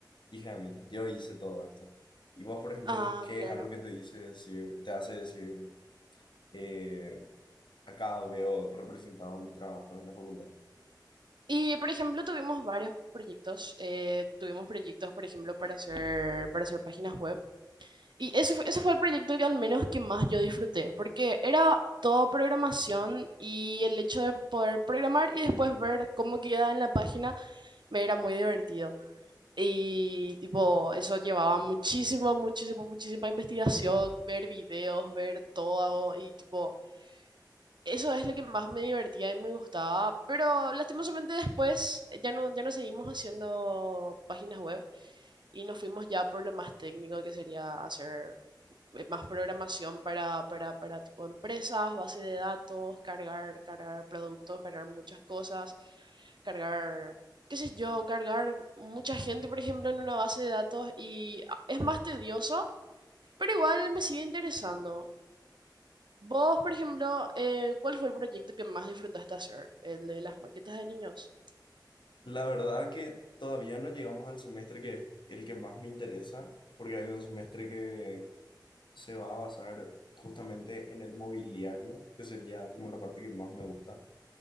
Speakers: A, on the left; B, on the right.
A: hija de mí, yo hice todo esto. Y vos, por ejemplo,
B: Ah,
A: ¿qué
B: claro.
A: es algo que te dice decir, te hace decir, eh, acá veo representado mi trabajo en la facultad?
B: Y, por ejemplo, tuvimos varios proyectos. eh, tuvimos proyectos, por ejemplo, para hacer, para hacer páginas web. Y ese fue, ese fue el proyecto que al menos que más yo disfruté, porque era todo programación y el hecho de poder programar y después ver cómo queda en la página me era muy divertido. Y tipo, eso llevaba muchísimo, muchísimo, muchísima investigación, ver videos, ver todo y tipo, eso es lo que más me divertía y me gustaba, pero lastimosamente después ya no, ya no seguimos haciendo páginas web y nos fuimos ya por lo más técnico que sería hacer eh, más programación para, para, para tipo empresas, base de datos, cargar, cargar productos, cargar muchas cosas, cargar, qué sé yo, cargar mucha gente, por ejemplo, en una base de datos y ah, es más tedioso, pero igual me sigue interesando. Vos, por ejemplo, eh, ¿cuál fue el proyecto que más disfrutaste hacer? ¿El de las maquetas de niños?
A: La verdad que todavía no llegamos al semestre que es el que más me interesa, porque hay un semestre que se va a basar justamente en el mobiliario, que sería como la parte que más me gusta